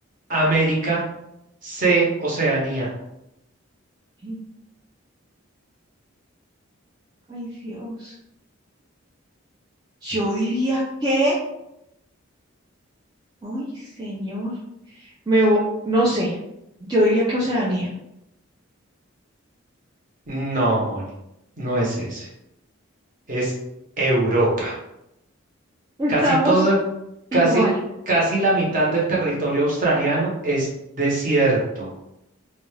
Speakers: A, on the right; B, on the right.
A: América, C, Oceanía.
B: Sí. Ay, Dios. Yo diría que... Ay, señor. Me... vo- No sé. Yo diría que Oceanía.
A: No, Moni, no es ese, es Europa.
B: Estamos
A: Casi todo, casi,
B: igual.
A: casi la mitad del territorio australiano es desierto.